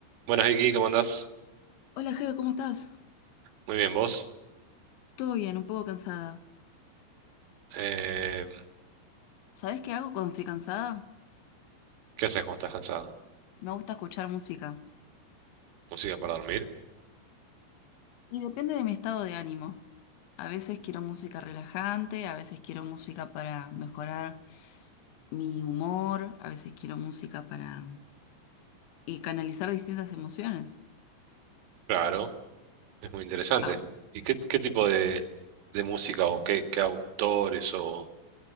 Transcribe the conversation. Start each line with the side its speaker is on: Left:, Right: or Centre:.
Right: Buenas Vicky, ¿cómo andás?
Left: Hola, Ger, ¿cómo estás?
Right: Muy bien, ¿vos?
Left: Todo bien, un poco cansada.
Right: Eh,
Left: ¿Sabés qué hago cuando estoy cansada?
Right: ¿qué haces cuando estás cansada?
Left: Me gusta escuchar música.
Right: ¿Música para dormir?
Left: Y depende de mi estado de ánimo. A veces quiero música relajante, a veces quiero música para mejorar mi humor, a veces quiero música para y canalizar distintas emociones.
Right: Claro, es muy interesante.
Left: Ah,
Right: ¿Y qué, qué tipo de, de música o qué, qué autores o...